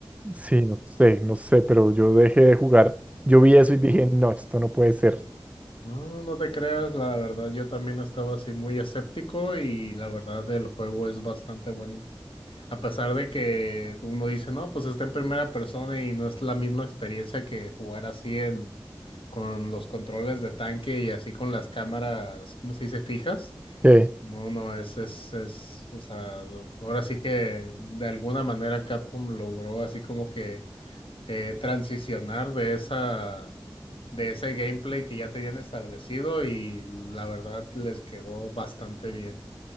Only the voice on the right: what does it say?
Sí, no sé, no sé, pero yo dejé de jugar. Yo vi eso y dije, no, esto no puede ser.
Sí,